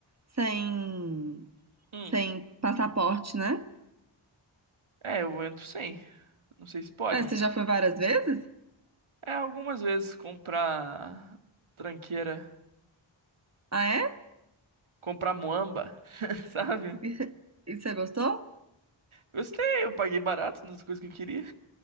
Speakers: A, on the right; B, on the right.
A: sem,
B: Hum.
A: sem passaporte, né?
B: É, eu entro sem. Não sei se pode,
A: Ah,
B: mas.
A: você já foi várias vezes?
B: É, algumas vezes comprar tranqueira.
A: Ah, é?
B: Comprar muamba, <laughs> sabe?
A: E, e você gostou?
B: Gostei, eu paguei barato nas coisas que eu queria.